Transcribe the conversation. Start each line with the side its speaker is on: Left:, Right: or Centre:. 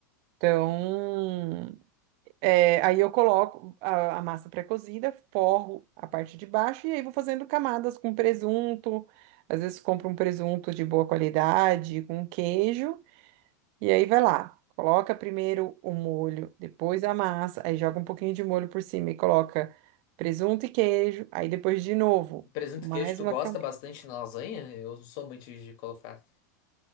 Right: Então, é, aí eu coloco a, a massa pré-cozida, forro a parte de baixo e aí vou fazendo camadas com presunto. Às vezes compro um presunto de boa qualidade, com queijo, e aí vai lá. Coloca primeiro o molho, depois a massa, aí joga um pouquinho de molho por cima e coloca presunto e queijo, aí depois de novo,
Left: Presunto
Right: mais
Left: e queijo, tu
Right: uma
Left: gosta
Right: camada.
Left: bastante na lasanha? Eu não sou muito de colocar.